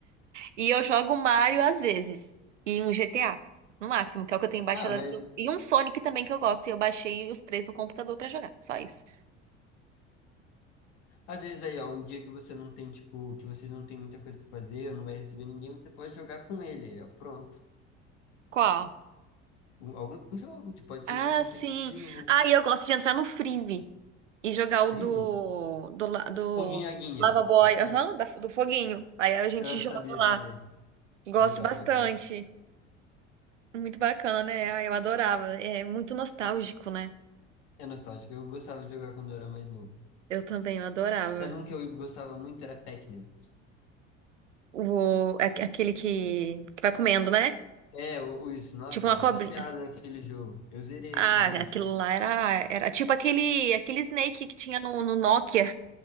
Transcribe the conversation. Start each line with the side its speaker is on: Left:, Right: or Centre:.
Right: E eu jogo Mario às vezes. E um GTA, no máximo, que é o que eu tenho baixado.
Left: Ah, mas
Right: E um Sonic também que eu gosto. E eu baixei os três no computador pra jogar. Só isso.
Left: às vezes aí, ó, um dia que você não tem, tipo, que vocês não tem muita coisa pra fazer, ou não vai receber ninguém, você pode jogar com ele, aí, ó, pronto.
Right: Qual?
Left: Um- Algum jogo, tipo, pode
Right: Ah,
Left: ser um jogo competitivo,
Right: sim. Ah, e eu gosto de entrar no Freevee e jogar o
Left: free,
Right: do, do, la- do
Left: Foguinho Aguinha.
Right: Lava Boy,
Left: Ah, Foguinho.
Right: aham, da- do foguinho. Aí a gente
Left: Eu
Right: joga
Left: sabia,
Right: lá.
Left: sabia.
Right: Gosto
Left: Legal,
Right: bastante.
Left: legal.
Right: Muito bacana, né? Ah, eu adorava. É muito nostálgico, né?
Left: É nostálgico. Eu gostava de jogar quando eu era mais novo.
Right: Eu também, eu adorava.
Left: Sabe um que eu gostava muito? Era Pac-Man.
Right: O, aque- aquele que, que vai comendo, né?
Left: É, o, o isso. Nossa,
Right: Tipo uma
Left: eu era
Right: cobrinha.
Left: viciado naquele jogo. Eu zerei
Right: Ah,
Left: aquele jogo.
Right: aquilo lá era, era tipo aquele, aquele Snake que tinha no, no Nokia.